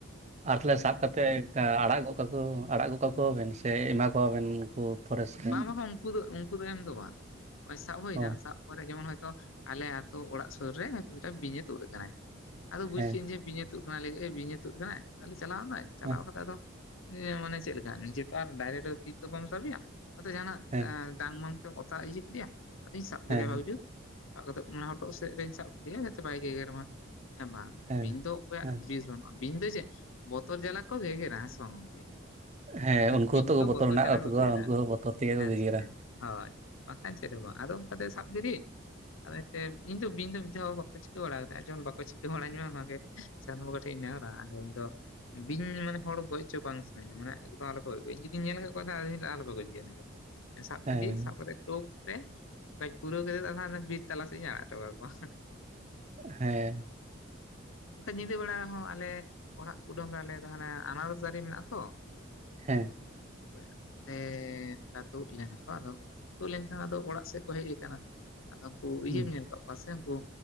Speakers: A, on the right; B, on the left.
A: ᱟᱨ ᱞᱮ ᱥᱟᱵ ᱠᱟᱛᱮᱫ ᱟᱲᱟᱜ ᱜᱚᱜ ᱠᱟ ᱠᱚ ᱟᱲᱟᱜ ᱜᱚᱫ ᱠᱟᱠᱚᱣᱟ ᱵᱮᱱ ᱥᱮ ᱮᱢᱟ ᱠᱚᱣᱟ ᱵᱮᱱ ᱩᱱᱠᱩ? ᱯᱷᱚᱨᱮᱥᱴ ᱨᱮᱱ
B: ᱵᱟᱝ ᱨᱮᱦᱚ ᱩᱝᱠᱩ ᱫᱚ ᱩᱝᱠᱩ ᱫᱚ ᱮᱢ ᱫᱚ ᱵᱟᱝ ᱱᱚᱜᱼᱚᱭ ᱥᱟᱵ ᱦᱩᱭ
A: ᱚ
B: ᱮᱱᱟ ᱥᱟᱵ ᱠᱚᱨᱮ ᱡᱮᱢᱚᱱ ᱦᱚᱭᱛᱚ ᱟᱞᱮ ᱟᱹᱛᱩ ᱚᱲᱟᱜ ᱥᱩᱨ ᱨᱮᱭ ᱢᱤᱫᱴᱟᱝ ᱵᱤᱧ ᱮ ᱛᱩᱫ ᱟᱠᱟᱱᱟᱭ ᱾ ᱟᱫᱚ ᱵᱩᱡ
A: ᱦᱮᱸ
B: ᱠᱮᱜᱟᱹᱧ ᱡᱮ ᱵᱤᱧ ᱮ ᱛᱩᱫ ᱠᱟᱱᱟᱭ ᱵᱤᱧ ᱮ ᱛᱩᱫ ᱠᱟᱱᱟᱭ ᱛᱟᱦᱚᱞᱮ ᱪᱟᱞᱟᱣ ᱮᱱᱟᱭ ᱪᱟᱞᱟᱣ
A: ᱦᱮᱸ
B: ᱠᱟᱛᱮᱜ ᱟᱫᱚ ᱮ ᱢᱟᱱᱮ ᱪᱮᱫ ᱞᱮᱠᱟ ᱱᱤᱡᱮ ᱛᱚ ᱟᱨ ᱰᱟᱭᱨᱮᱴ ᱛᱤ ᱛᱮᱫᱚ ᱵᱟᱢ ᱥᱟᱵᱮᱭᱟ, ᱦᱚᱭ ᱛᱚ ᱡᱟᱦᱱᱟᱜ
A: ᱦᱮᱸ
B: ᱮ ᱰᱟᱝ ᱢᱟᱝ ᱛᱮᱢ ᱚᱛᱟ ᱤᱭᱟᱹ ᱠᱮᱫᱮᱭᱟ ᱟᱫᱚᱧ ᱥᱟᱵ
A: ᱦᱮᱸ
B: ᱠᱮᱫᱮᱭᱟ ᱵᱷᱟᱜᱤ ᱡᱩᱛ ᱾ ᱥᱟᱵ ᱠᱟᱛᱮᱫ ᱢᱟᱱᱮ ᱦᱚᱴᱚᱜ ᱥᱮᱫ ᱨᱤᱧ ᱥᱟᱵ ᱠᱮᱫᱮᱭᱟ, ᱡᱟᱛᱮ ᱵᱟᱭ ᱜᱮᱜᱮᱨ ᱢᱟ ᱦᱮᱸ ᱵᱟᱝ ᱾
A: ᱦᱮᱸ
B: ᱵᱤᱧ ᱫᱚ ᱚᱠᱚᱭᱟᱜ
A: ᱦᱮᱸ
B: ᱵᱤᱥ ᱵᱟᱹᱱᱩᱜᱼᱟ, ᱵᱤᱧ ᱫᱚ ᱪᱮᱫ ᱵᱚᱛᱚᱨ ᱡᱟᱞᱟ ᱠᱚ ᱜᱮᱜᱮᱨᱼᱟ ᱦᱮᱥᱮ ᱵᱟᱝ ᱜᱚᱝᱠᱮ?
A: ᱦᱮᱸ ᱩᱱᱠᱩ
B: ᱵᱤᱧ
A: ᱦᱚᱸᱛᱚ
B: ᱫᱚ ᱵᱚᱛᱚᱨ
A: ᱢᱮᱱᱟᱜ
B: ᱡᱟᱞᱟ
A: ᱛᱟᱠᱚᱣᱟ
B: ᱜᱮᱜᱮᱨᱟ
A: ᱩᱱᱠᱩ
B: ᱾
A: ᱦᱚᱸ ᱵᱚᱛᱚᱨ ᱛᱮᱜᱮ
B: ᱦᱮᱸᱥᱮ
A: ᱠᱚ ᱜᱮᱜᱮᱨᱟ
B: ᱦᱳᱭ ᱵᱟᱠᱷᱟᱱ ᱪᱮᱫ ᱦᱚᱸ ᱵᱟᱝ ᱟᱫᱚ ᱚᱱᱠᱟᱛᱮ ᱥᱟᱵ <inaudible> ᱟᱫᱚ ᱛᱮ ᱤᱧ ᱫᱚ ᱵᱤᱱ ᱢᱤᱫ ᱫᱷᱟᱣ ᱵᱟᱠᱚ ᱪᱤᱠᱟᱹ ᱵᱟᱲᱟ ᱠᱮᱫᱟ ᱡᱮᱢᱚᱱ ᱵᱟᱠᱚ ᱪᱤᱠᱟᱹ ᱵᱟᱲᱟᱧ ᱢᱟ ᱚᱱᱟᱜᱮ᱾ ᱪᱟᱸᱫᱚ ᱵᱚᱸᱜᱟ ᱴᱷᱮᱱ ᱤᱧ ᱱᱮᱦᱚᱨᱟ ᱟᱫᱚ ᱤᱧ ᱫᱚ ᱵᱤᱧ ᱢᱟᱱᱮ ᱦᱚᱲ ᱜᱚᱡ ᱦᱚᱪᱚ ᱵᱟᱝ ᱥᱟᱱᱟᱹᱧᱟ ᱢᱟᱱᱮ ᱮᱠᱫᱚᱢ ᱟᱞᱚᱯᱮ ᱤᱧ ᱡᱩᱫᱤ ᱧᱮᱞ ᱟᱠᱟᱫ ᱠᱚᱣᱟ ᱥᱮ ᱟᱞᱚ ᱯᱮ ᱜᱚᱡᱼᱟ <inaudible> ᱩᱱᱤ ᱫᱚ ᱥᱟᱵ
A: ᱦᱮᱸ
B: ᱠᱮᱫᱮᱭᱟᱹᱧ ᱥᱟᱵ <inaudible> ᱴᱳᱯ ᱨᱮ ᱚᱱᱠᱟᱧ ᱯᱩᱨᱟᱹᱣ ᱠᱟᱛᱮᱫ ᱵᱤᱨ ᱛᱟᱞᱟ ᱥᱮᱫ ᱤᱧ ᱟᱲᱟᱜ ᱦᱚᱴᱚ ᱠᱟ ᱠᱚᱣᱟ
A: ᱦᱮᱸ
B: ᱚᱱᱠᱟ ᱧᱤᱫᱟᱹ ᱵᱮᱲᱟ ᱦᱚᱸ ᱟᱞᱮ ᱚᱲᱟᱜ ᱠᱩᱰᱟᱹᱢ ᱨᱮ ᱟᱞᱮ ᱫᱚ ᱦᱟᱱᱮ ᱟᱱᱟᱨᱚᱥ ᱫᱟᱨᱮ ᱢᱮᱱᱟᱜᱼᱟ ᱛᱚ ᱾
A: ᱦᱮᱸᱼᱼ
B: <unintelligible> ᱛᱮ ᱛᱳᱫ ᱞᱮᱱᱟ ᱠᱚ ᱟᱫᱚ ᱛᱳᱫ ᱞᱮᱱᱠᱷᱟᱱ ᱟᱫᱚ ᱚᱲᱟᱜ ᱥᱮᱫ ᱠᱚ ᱦᱮᱡ ᱠᱟᱱᱟ ᱾ ᱟᱫᱚ ᱩᱱᱠᱩ ᱤᱭᱟᱹᱢ
A: ᱦᱩᱸ
B: ᱧᱮᱞ ᱠᱟᱜ ᱠᱚᱣᱟ ᱥᱮ ᱩᱱᱠᱩ